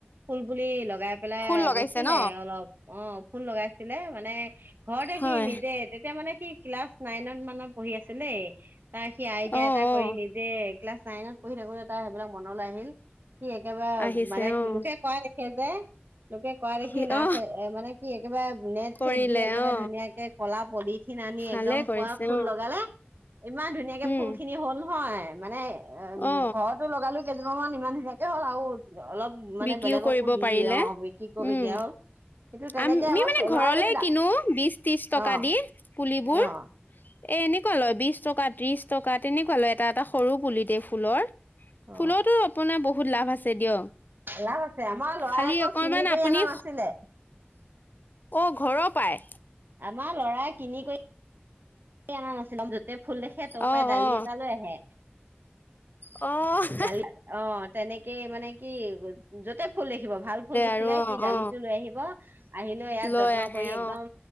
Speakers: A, on the right; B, on the left.
A: ফুল। <unintelligible> ব বুলি লগাই পেলাই
B: ফুল লগাইছে
A: বেচিলে
B: ন
A: অলপ অ ফুল লগাইছিলে মানে ঘৰতে
B: হয়
A: সি নিজে। মানে সি ক্লাছ নাইন মানৰ পঢ়ি আছিলে। তাৰ সি আইডিয়া
B: অ
A: এটা কৰি
B: অ
A: নিজে ক্লাছ নাইনত পঢ়ি থাকোতে তাৰ সেইবিলাক মনলৈ আহিল। সি একেবাৰে
B: আহিছে
A: মানে
B: অ
A: লোকে কোৱা দেখে যে লোকে ক দেখি
B: সি
A: নাৰ্চাৰ
B: অ
A: মানে কি একেবাৰে নেট
B: কৰিলে
A: চেট দি একেবাৰে
B: অ
A: ধুনীয়াকে কলা পলিথিন আনি
B: ভালে
A: একদম
B: কৰিছে
A: পুৱা ফুল
B: অ
A: লগালে ইমান ধুনীয়াকে
B: উম
A: ফুল খিনি হ'ল নহয় মানে এ
B: অ
A: ঘৰতো লগালো। কেইজোপাান ইমান ধুনীয়াকে হ'ল আৰু অলপ মানে
B: বিক্ৰীও
A: বেলেগকো
B: কৰিব
A: দি
B: পাৰিলে
A: দিয়ে অ বিক্ৰী কৰি
B: উম
A: দিয়া হ'ল। কিন্তু তেনেকে
B: আমি
A: আমাৰ
B: মানে
A: লৰাই
B: ঘৰলে
A: যদি দা
B: কিনো বিশ ত্ৰিশ টকা
A: অ
B: দি পুলিবোৰ
A: অ
B: এ এনেকুৱা লয় বিশ টকা ত্ৰিশ টকা তেনেকুৱা লয় এটা এটা সৰু পুলিতে ফুলৰ।
A: অ
B: ফুলতো আপোনাৰ বহুত বহুত লাভ আছে দিয়ক।
A: লাভ আছে আমাৰ লৰাই
B: খালি
A: আকৌ
B: অকনমান
A: কিনি কৰি
B: আপুনি
A: অনা নাছিলে।
B: অ ঘৰৰ পাই
A: আমাৰ লৰাই কিনি কৰি অনা নাছিল। য'তে ফুল দেখে তাৰ
B: অ
A: পৰাই ডালি
B: অ
A: এটা লৈ আহে।
B: বোলে
A: গালি, অ তেনেকে মানে কি যতে ফুল দেখিব ভাল ফুল দেখিলে
B: আৰু অ
A: সি ডালিটো
B: অ
A: লৈ আহিব আহিলে ইয়াত
B: লৈ
A: যত্ন
B: আহে
A: কৰি একদম।
B: অ